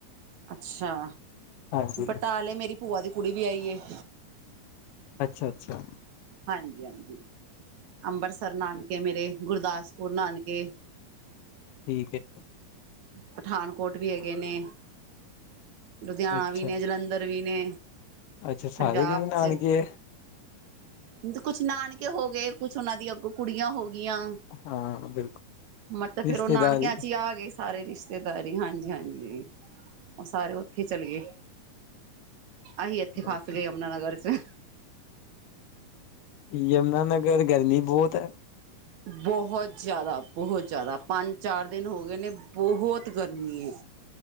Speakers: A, on the right (about 65°); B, on the left (about 75°).
A: ਅੱਛਾ,
B: ਹਾਂਜੀ
A: ਬਟਾਲੇ ਮੇਰੀ ਭੂਆ ਦੀ ਕੁੜੀ ਵਿਹਾਈ ਹੈ।
B: ਅੱਛਾ-ਅੱਛਾ
A: ਹਾਂਜੀ-ਹਾਂਜੀ। ਅੰਬਰਸਰ ਨਾਨਕੇ ਮੇਰੇ, ਗੁਰਦਾਸਪੁਰ ਨਾਨਕੇ
B: ਠੀਕ ਹੈ।
A: ਪਠਾਨਕੋਟ ਵੀ ਹੈਗੇ ਨੇ ਲੁਧਿਆਣਾ
B: ਅੱਛਾ।
A: ਵੀ ਨੇ, ਜਲੰਧਰ ਵੀ ਨੇ
B: ਅੱਛਾ ਸਾਰੇ
A: ਪੰਜਾਬ
B: ਕਿਤੇ ਨਾਨਕੇ
A: ਚ,
B: ਹੈ?
A: ਕੁਛ ਨਾਨਕੇ ਹੋ ਗਏ, ਕੁੱਛ ਉਹਨਾਂ ਦੀ ਅੱਗੋਂ ਕੁੜੀਆਂ ਹੋ ਗਿਆ।
B: ਹਾਂ ਬਿਲਕੁਲ
A: ਮਤਲਬ ਫੇਰ
B: ਰਿਸ਼ਤੇਦਾਰੀ
A: ਉਹ ਨਾਨਕਿਆਂ ਚ ਹੀ ਆ ਗਏ ਸਾਰੇ ਰਿਸ਼ਤੇਦਾਰੀ, ਹਾਂਜੀ ਹਾਂਜੀ ਉਹ ਸਾਰੇ ਉਥੇ ਚਲੇ ਗਏ। ਅਸੀਂ ਇੱਥੇ ਫਸ
B: ਓਕੇ
A: ਗਏ ਯਮੁਨਾਨਗਰ ਚ।
B: ਯਮੁਨਾਨਗਰ ਗਰਮੀ ਬਹੁਤ ਹੈ।
A: ਬਹੁਤ ਜ਼ਿਆਦਾ! ਬਹੁਤ ਜਿਆਦਾ! ਪੰਜ-ਚਾਰ ਦਿਨ ਹੋ ਗਏ ਨੇ ਬਹੁਤ ਗਰਮੀ ਏ।